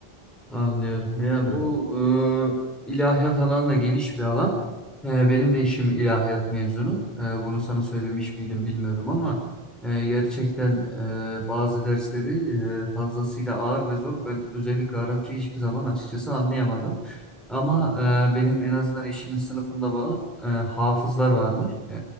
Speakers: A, in the centre; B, on the right.
A: Anlıyorum. Ya
B: Öyle
A: bu
B: değil.
A: e, ilahiyat alanı da geniş bir alan. E, benim de eşim ilahiyat mezunu. E, bunu sana söylemiş miydim bilmiyorum ama e, gerçekten e, bazı dersleri e, fazlasıyla ağır ve zor. Ben özellikle Arapça hiçbir zaman açıkçası anlayamadım. Ama
B: Hı hı.
A: e, benim en azından eşimin sınıfında bana e, hafızlar varmış. E,